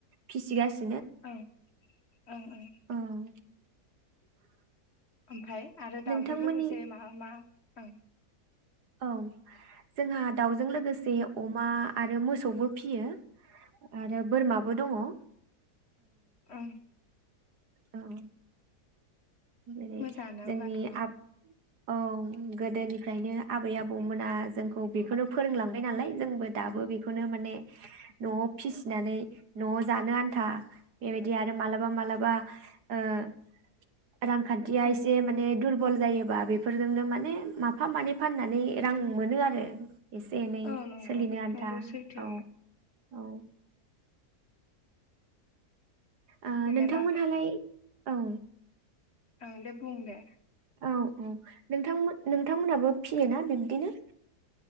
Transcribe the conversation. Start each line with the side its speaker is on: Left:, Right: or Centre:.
Right: फिसिगासिनो
Left: ओं ओं ओं
Right: औ <inaudible>
Left: ओमफाय आरो दावजों
Right: नोंथांमोननि
Left: लोगोसे मा मा ओं
Right: औ जोंहा दाउजों लोगोसे अमा आरो मोसौबो फियो आरो बोरमाबो दङ औ
Left: ओं
Right: औ जेरै
Left: मोजाङानो होमबाथ'
Right: जोंनि आबाद औ गोदोनिफ्रायनो आबै आबौमोना जोंखौ बेखौनो फोरोंलांबायनालाय जोंबो दाबो बेखौनो माने न'आव फिसिनानै न'आव जानो आन्था बेबायदि आरो मालाबा मालाबा ओ रांखान्थिया
Left: औ
Right: एसे माने दुर बल जायोबा बेफोरजोंनो माने माफा मानै फाननानै रां मोनो आरो एसे एनै
Left: औ नंगौ
Right: सोलिनो आन्था
Left: नंगौ सैथो
Right: औ औ ओ
Left: जेनेबा
Right: नोंथांमोनहालाय औ
Left: ओं दे बुं दे
Right: औ औ नोंथांमोन नोंथांमोनहाबो फियो ना बिब्दिनो?